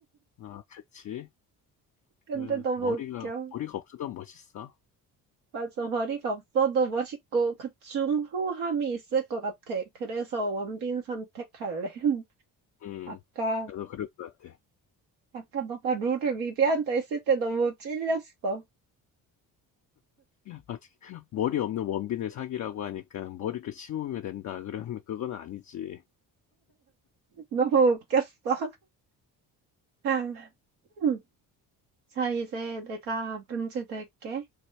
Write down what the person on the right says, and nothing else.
근데
너무
웃겨.
맞아, 머리가 없어도 멋있고 그 중후함이 있을 것 같아. 그래서 원빈 선택할래. <laughs>
아까,
아까 너가 룰을 위배한다 했을 때 너무 찔렸어.
<laughs> 너무 웃겼어. 아, 음. 자, 이제 내가 문제 낼게.